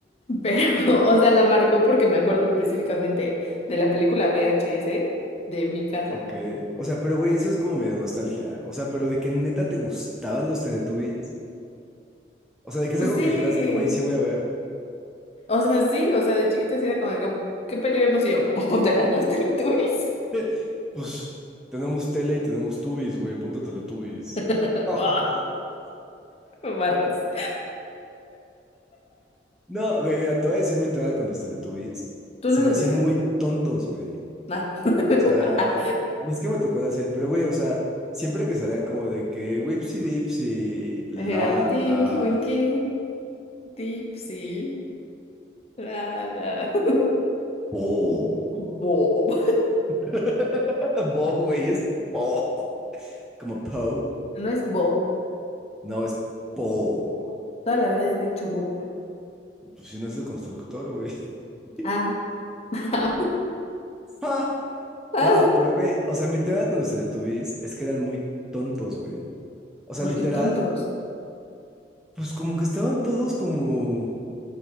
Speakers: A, on the left; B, in the centre.
A: Pero, <laughs> o sea, la marcó porque me acuerdo específicamente de la película VHS de mi casa.
B: Ok. O sea, pero güey, eso es como medio nostalgia. O sea, pero de que neta te gustaban los Teletubbies. O sea, de que es
A: Pues
B: algo
A: sí.
B: que dijeras de que, güey, sí voy a ver.
A: O sea, sí. O sea, de chiquita sí era como, de que, ¿qué peli vemos? Y yo, pues ponte la de los Teletubbies.
B: <laughs> Pues tenemos tele y tenemos Tubbies, güey, punto Teletubbies.
A: <laughs> Ah,
B: <laughs>
A: barras.
B: No, güey, mira, te voy a decir mi tema con los Teletubbies.
A: ¿Tú
B: Se
A: no
B: me
A: los
B: hacían
A: veías?
B: muy tontos, güey.
A: nada <laughs>
B: O sea, y es que me tocó de hacer, pero güey, o sea, siempre que salían como de que Wipsy Dipsy, la
A: Era Tinky
B: la,
A: Winky, Dipsy, la la. <laughs>
B: po.
A: Bob.
B: <laughs> Bob, güey, es Po. Como Poe.
A: ¿No es Bob?
B: No, es Po.
A: Toda la vida le he dicho bobo.
B: Pues si no es el constructor, güey. <laughs>
A: Ah, <laughs>
B: Ah,
A: Ah,
B: No, pero güey, o sea, mi tema con los Teletubbies es que eran muy tontos, güey. O sea,
A: ¿por
B: literal,
A: qué tontos?
B: pues como que estaban todos como,